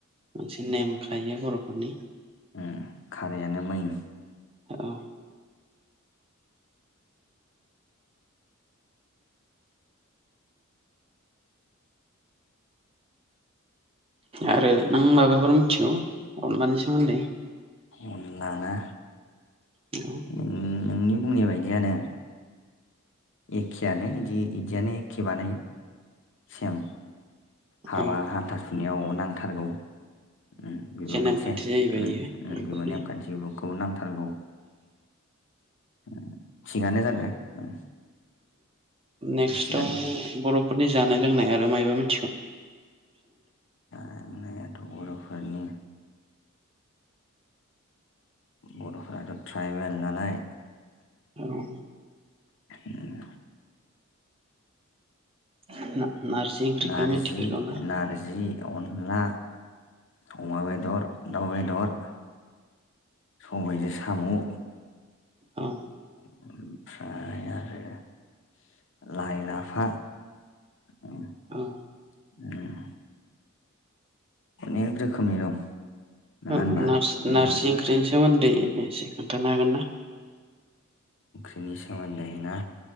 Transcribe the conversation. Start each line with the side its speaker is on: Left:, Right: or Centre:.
Right: मोनसे नेम खायो बर'फोरनि
Left: ओम खारैआनो मैन
Right: औ आरो नों माबाफोर मिथिगौ? अनलानि सोमोन्दै
Left: अनला ना?
Right: <unintelligible>
Left: नों नोंनि बुंनाय बायदियानो एखेआनो इदि इदियानो एखे बानायो सेम हाबा
Right: औ
Left: हाथासुनिआव नांथारगौ उम बेबो मोनसे
Right: नेमखान्थि जाहैबाय
Left: उम
Right: इयो
Left: उम
Right: बर'फोरनि
Left: बेबो नेमखान्थि बुं खौ नांथारगौ उम थिगानो जादो उम
Right: नेक्स्टआव
Left: उम थिगानो
Right: बर'फोरनि जानाय लोंनाय आरो मायबा मि
Left: <unintelligible> बर'फोरनि बर'फोराथ' थ्राइबेल नालाय
Right: औ
Left: <inaudible>
Right: <unintelligible> ओंख्रिखौ
Left: नारजि
Right: मिथिफेरगौना
Left: नारजि अनला अमा बेदर दाउ बेदर सबायजो सामु
Right: औ
Left: ओमफ्राय आरो लाइ लाफा उम
Right: औ
Left: उम अनेक रोखोमनि दं नङा
Right: औ
Left: होनबा
Right: नास
Left: नोंथां?
Right: नारजि ओंखौनि सोमोन्दै एसे खोन्थानो हागोन ना?
Left: बिनि सोमोन्दै ना